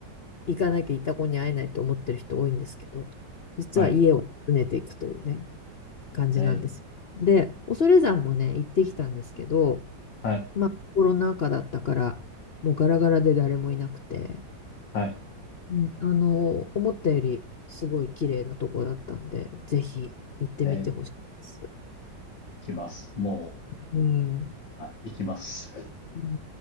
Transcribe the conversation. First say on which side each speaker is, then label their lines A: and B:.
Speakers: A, on the left; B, on the left.
A: 行かなきゃいた子に会えないと思ってる人多いんですけど、実は家を訪ねていくというね、
B: はい、はい、
A: 感じなんですよ。
B: えー、
A: で、恐山もね、行ってきたんですけど、
B: はい、
A: まあ、コロナ禍だったから、もうガラガラで誰もいなくて、
B: はい、
A: うんあの、思ったよりすごい綺麗なとこだったんで、ぜひ行ってみてほしいです。
B: えー、行きます。も
A: うん。
B: う、はい、行きます。
A: うん。